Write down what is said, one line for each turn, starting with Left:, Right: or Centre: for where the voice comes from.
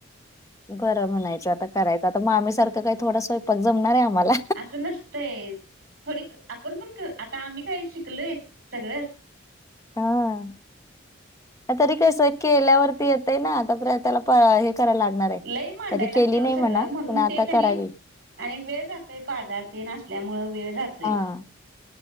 Left: बरं म्हणायचं, आता करायचं आता मामी सारखं काही थोडा स्वयंपाक जमणार आहे आम्हाला.
Right: असं नसतंय. थोडी आपण पण आता आम्ही काय शिकलय सगळंच.
Left: हां. तरी कसं केल्यावरती येतय ना. आता पर्यंत त्याला कराला लागणार आहे
Right: लय मांडायला
Left: कधी
Right: लागते
Left: केली नाही
Right: सगळं
Left: म्हणा,
Right: म्हणून
Left: पण आता
Right: ते कणी
Left: करावी.
Right: आणि वेळ जातोय, बाजार तेन असल्यामुळे वेळ जातोय.
Left: हा